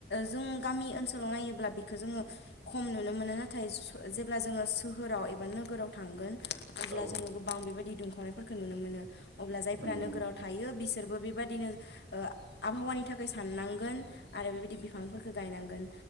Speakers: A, on the left (about 80°); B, on the right (about 85°).
A: जों गामि ओनसोलाव नायोब्ला बेखौो जोङो खम नुनो मोनो नाथाय जेब्ला जोङो सोहोराव एबा नोगोराव थांगोन अब्ला
B: औ
A: जोङो गोबां बेबायदि दुंखावनायफोरखौ नुनो मोनो अब्ला जायफोरा
B: नंगौ नंगौ
A: नोगोराव थायो बिसोर बो बेबदिनो ओ आबहावानि थाखाय साननांगोन आरो बेबायदि बिफांफोरखौ गायनांगोन।